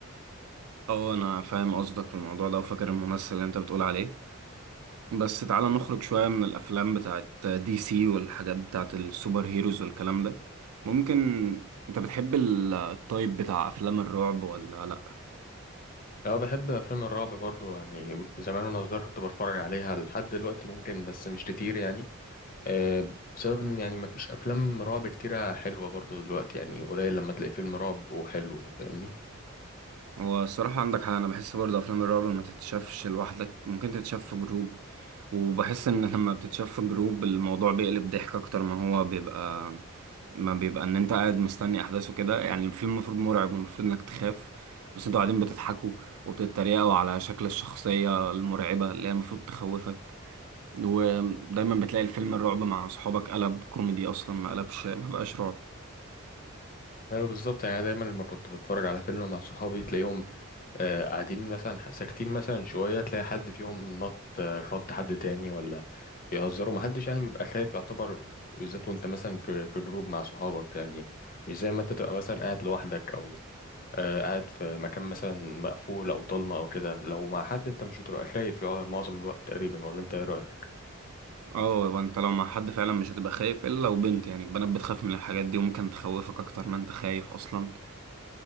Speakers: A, on the right; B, on the left.
A: اه انا فاهم قصدك في الموضوع ده وفاكر الممثل اللي انت بتقول عليه بس تعالى نخرج شوية من الافلام بتاعت دي سي والحاجات بتاعت السوبر هيروز والكلام ده ممكن انت بتحب التايب بتاع افلام الرعب ولا
B: اه بحب افلام الرعب برضو يعني زمان وانا صغير كنت بتفرج عليها لحد دلوقتي ممكن بس مش كتير يعني آه بسبب ان يعني ما فيش افلام رعب كتيرة حلوة برضو دلوقتي يعني قليل لما تلاقي فيلم رعب وحلو فاهمني
A: هو الصراحة عندك حق أنا بحس برضه أفلام الرعب ما تتشافش لوحدك ممكن تتشاف في جروب وبحس إن لما بتتشاف في جروب الموضوع بيقلب ضحك أكتر ما هو بيبقى ما بيبقى إن أنت قاعد مستني أحداثه كده يعني الفيلم المفروض مرعب والمفروض إنك تخاف بس أنتوا قاعدين بتضحكوا وبتتريقوا على شكل الشخصية المرعبة اللي هي المفروض تخوفك ودايما بتلاقي الفيلم الرعب مع أصحابك قلب كوميدي أصلا ما قلبش ما بقاش رعب
B: ايوه بالظبط يعني دايما لما كنت بتفرج على فيلم مع صحابي تلاقيهم آه قاعدين مثلا ساكتين مثلا شوية تلاقي حد فيهم نط آه، رد حد تاني ولا بيهزروا محدش يعني بيبقى خايف يعتبر بالذات وانت مثلا في في جروب مع صحابك يعني مش زي ما انت تبقى مثلا قاعد لوحدك او آه، قاعد في مكان مثلا مقفول او ضلمه او كده لو مع حد انت مش بتبقى خايف يقع معظم الوقت تقريبا ولا انت ايه رايك
A: اه انت لو مع حد فعلا مش هتبقى خايف الا لو بنت يعني البنات بتخاف من الحاجات دي وممكن تخوفك اكتر ما انت خايف اصلا